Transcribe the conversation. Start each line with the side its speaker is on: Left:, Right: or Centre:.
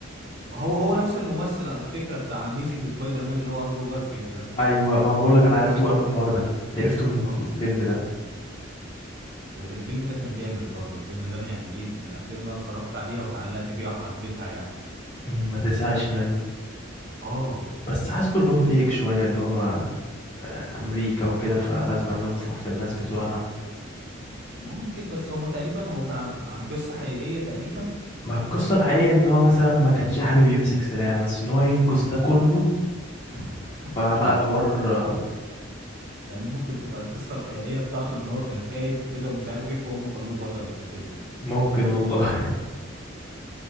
Right: ما هو هو نفس الممثل على فكره بتاع اميزنج سبايدر مان اللي هو اندرو جارفيلد ده
Left: ايوه ما بقول لك انا عرفته بقى من الحوار ده عرفته من
Right: اه
Left: الفيلم ده
Right: الفيلم ده كان جامد برضه الفيلم ده انا يعني ايه من الافلام اللي انا اتفرجت عليها واتعلقت بيها وحبيتها يعني
Left: مم، ما تزهقش منه
Right: اه
Left: بس حاسه اللي هو فيك شويه اللي هو امريكا وكده فلازم ننفخ في الناس بتوعنا
Right: م- ممكن بس هما تقريبا هو كان عن عن قصة حقيقية تقريبا
Left: ما القصه الحقيقيه ان هو مثلا ما كانش حابب يمسك سلاح بس ان هو ينقذ ده كله
Right: <laughs>
Left: فلا الحوار آه،
Right: يعني ممكن تبقى القصة الحقيقية بتاعته ان هو كان خايف وكده ومش عارف ايه فهم خلوه بطل في الفيلم
Left: ممكن والله